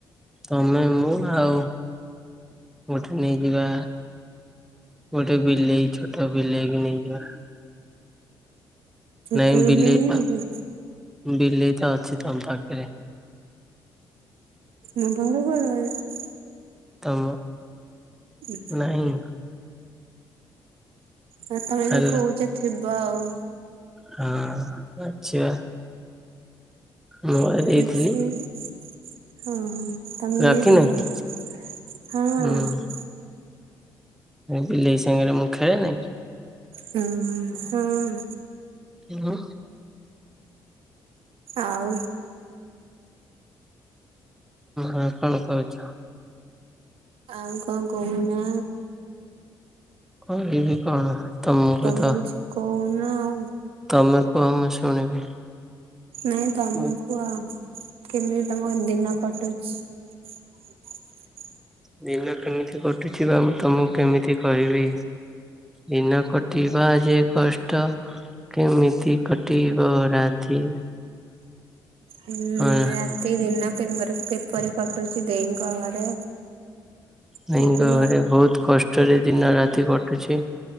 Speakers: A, in the centre; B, on the right.
A: ତମେ ମୁଁ ଆଉ ମୋଠୁ ନେଇଯିବା। ଗୋଟେ ବିଲେଇ ଛୋଟ ବିଲେଇ ନେଇଯିବା।
B: ଛୋଟ
A: ନାଇଁ ବିଲେଇ
B: କି ନେଇକି
A: ତ ବିଲେଇ ତ ଅଛି ତମ ପାଖରେ
B: ହଁ ବର ଗଡ଼ <unintelligible>
A: ତମ।
B: ହୁଁ।
A: ନାହିଁ।
B: ତମେ
A: ହେଲା
B: ଯଦି କହୁଛ ଥିବ ଆଉ
A: ହଁ ଅଛି ବା। ମୁଁ ବା
B: ଆଛି
A: ଦେଇଥିଲି
B: ହିଁ ହିଁ। ତମେ
A: ରଖିନ
B: ଦେଇ
A: କି?
B: ଦେଲା ହଁ।
A: ହୁଁ ବିଲେଇ ସାଙ୍ଗରେ ମୁଁ ଖେଳେ ନି।
B: ହଁ ହଁ।
A: ହଁ।
B: ଆଉ।
A: ହଁ କଣ କରୁଛ?
B: ଆଉ କଣକହୁନା?
A: କହି ବି କଣ ତମକୁ
B: ତମେ
A: ତ
B: କିଛି କହୁନା ଆଉ
A: ତମେ କୁହ ମୁଁ ଶୁଣିବି
B: ନାଇଁ ତମ
A: ମୁଁ
B: କୁହ କେମିତି ତମ ଦିନ କଟୁଛି। <unintelligible>
A: ଦିନ କେମିତି କଟୁଚି ବା ମୁ ତମକୁ କେମିତି କହିବି? ଦିନ କଟିବା ଯେ କଷ୍ଟ। କେମିତି କଟିବ ରାତି।
B: ହୁଁ
A: ହଁ
B: ରାତି ଦିନ କିମ୍ବରି କିପରି କଟୁଚି ଦେଇଙ୍କ ଘରେ।
A: ଦେଇଙ୍କ
B: ଟିକେ କୁହ
A: ଘରେ ବୋହୁତ କଷ୍ଟରେ ଦିନ ରାତି କଟୁଚି।